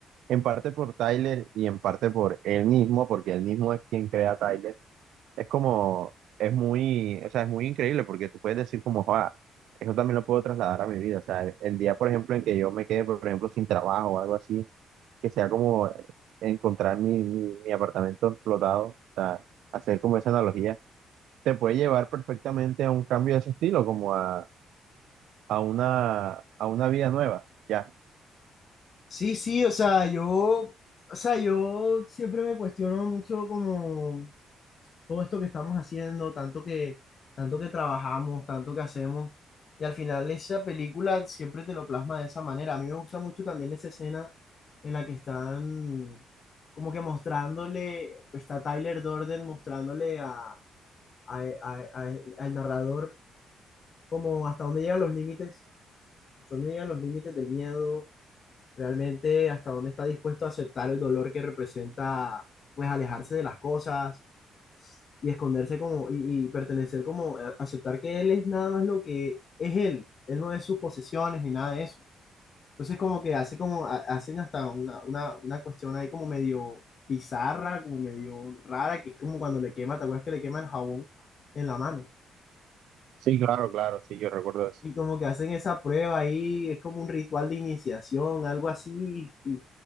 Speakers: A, on the right (about 80°); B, on the left (about 50°).
A: en parte por Tyler y en parte por él mismo, porque él mismo es quien crea a Tyler. Es como, es muy, o sea, es muy increíble porque tú puedes decir como, "Joa, eso también lo puedo trasladar a mi vida. O sea, el, el día, por ejemplo, en que yo me quede, por ejemplo, sin trabajo o algo así que sea como encontrar mi, mi, mi apartamento explotado, o sea, hacer como esa analogía, te puede llevar perfectamente a un cambio de ese estilo, como a, a una, a una vida nueva, ¿ya?
B: Sí, sí, o sea, yo, o sea, yo siempre me cuestiono mucho como todo esto que estamos haciendo, tanto que, tanto que trabajamos, tanto que hacemos, y al final esa película siempre te lo plasma de esa manera. A mí me gusta mucho también esa escena en la que están como que mostrándole, está Tyler Durden mostrándole a, a- a- a- al narrador como hasta dónde llegan los límites, hasta dónde llegan los límites del miedo, realmente hasta dónde está dispuesto a aceptar el dolor que representa pues alejarse de las cosas y esconderse como, y, y pertenecer como, a- aceptar que él es nada más lo que es él, él no es sus posesiones ni nada de eso. Entonces como que hace como, ha- hacen hasta una, una, una cuestión ahí como medio bizarra, como medio rara, que es como cuando le quema, ¿te acuerdas que le quema el jabón en la mano?
A: Sí, claro, claro, sí, yo recuerdo eso.
B: y como que hacen esa prueba ahí, es como un ritual de iniciación, algo así, y,